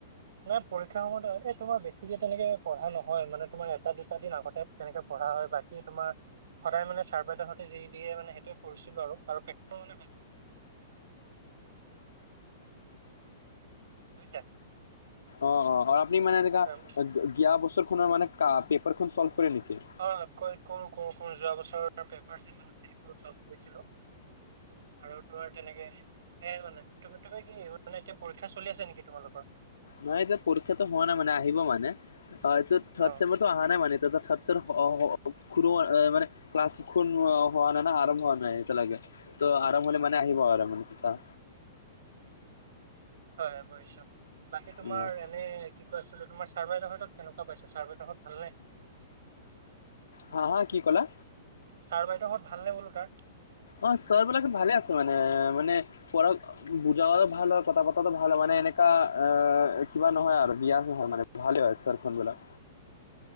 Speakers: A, on the right; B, on the left.
A: নাই পৰীক্ষাৰ সময়ত এই তোমাৰ বেছি কে তেনেকে পঢ়া নহয় মানে তোমাৰ এটা দুটা দিন আগতে তেনেকে পঢ়া হয় বাত কি তোমাৰ সদায় মানে ছাৰ বাইদেউহতে যি দিয়ে মানে সেইটোৱে কৰিছিলো আৰু আৰু পেক মানে সম টুইটা।
B: অঁ অঁ আপুনি মানে এনেকা
A: আম,
B: গিয়া বছৰ খনৰ মানে পেপাৰখন চল্ভ কৰে নেকি?
A: অ কই কৰু কৰু কৰু যোৱা বছৰ পেপাৰ যিমান আছে সেইবোৰ চলফ কৰিছিলো? আৰু তোমাৰ তেনেকে। এ মানে তুমি তুমি কি মানে এতিয়া পৰীক্ষা চলি আছে নেকি তোমালোকৰ?
B: নহয় এতিয়া পৰীক্ষাটো হোৱা নাই মানে আহিব মানে এইটো থাৰ্ড
A: অ
B: ছেমড, টো অহা নাই মানে ত থাৰ্ড ছেম, ক্লাছ খু হোৱা নাই না আৰম্ভ হোৱা নাই এতিয়া লৈকে ত' আৰম্ভ হলে মানে আহিব আৰু মানে।
A: হয় বশ বাকী তোমাৰ
B: উম,
A: এনে কি। কৈ আছিলো তোমাৰ চাৰ বাইদেউ হতক কেনেকুৱা পাইছে চাৰ বাইদেউ হত ভাল নে?
B: হাঁ হাঁ কি ক'লা?
A: ছাৰ বাইদেউহঁত ভাল নে বোলো তাৰ।
B: অঁ ছাৰ বিলাক ভালে আছে মানে মানে পঢ়প বুজা‌ হ'লে ভাল হয় কথা পতাটো ভাল হয় মানে এনেকা অঁ কিবা নহয় আৰু বিয়া নহ মানে ভালে হয় ছাৰ ফোনবেলা।